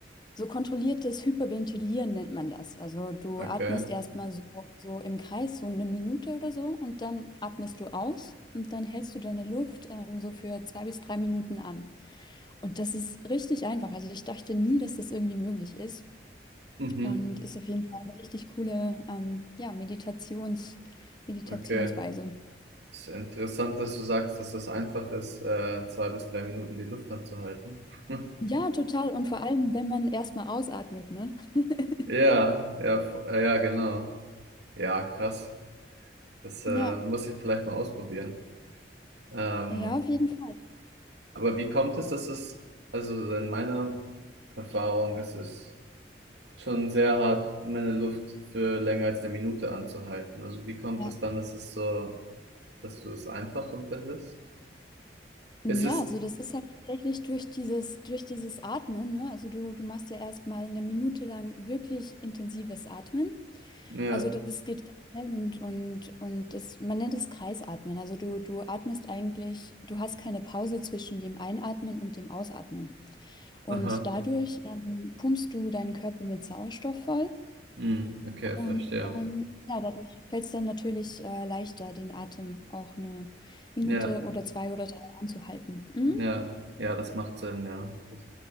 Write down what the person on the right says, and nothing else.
okay,
mhm.
Okay. Ist interessant, dass du sagst, dass es einfach ist, äh, zwei bis drei Minuten die Luft anzuhalten. <laughs>
Ja, ja, f- äh, ja, genau. Ja, krass. Das äh,
muss ich vielleicht mal ausprobieren. Ähm,
aber wie kommt es, dass es, also in meiner Erfahrung ist es schon sehr hart, meine Luft für länger als eine Minute anzuhalten. Also wie kommt
es dann, dass es so, dass du es einfach empfindest?
Ist es,
ja,
aha,
hm, okay,
verstehe.
Ja,
ja, ja, das macht Sinn, ja. Das